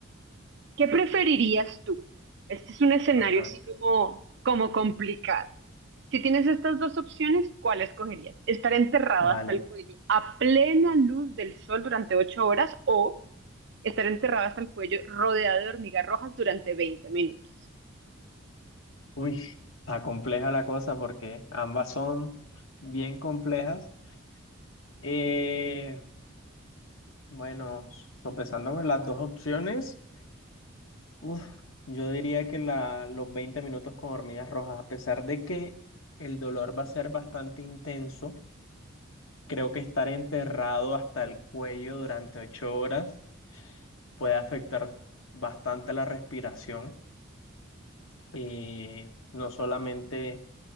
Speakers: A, on the right; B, on the left.
A: ¿qué preferirías tú? Este es un escenario
B: Ajá,
A: así como, como complicado. Si tienes estas dos opciones, ¿cuál escogerías? ¿Estar enterrado
B: vale.
A: hasta el cuello a plena luz del sol durante ocho horas o estar enterrada hasta el cuello, rodeada de hormigas rojas durante veinte minutos.
B: Uy, está compleja la cosa porque ambas son bien complejas. Eh, bueno, sopesando con las dos opciones, uf, yo diría que la, los 20 minutos con hormigas rojas, a pesar de que el dolor va a ser bastante intenso, creo que estar enterrado hasta el cuello durante 8 horas puede afectar bastante la respiración. y no solamente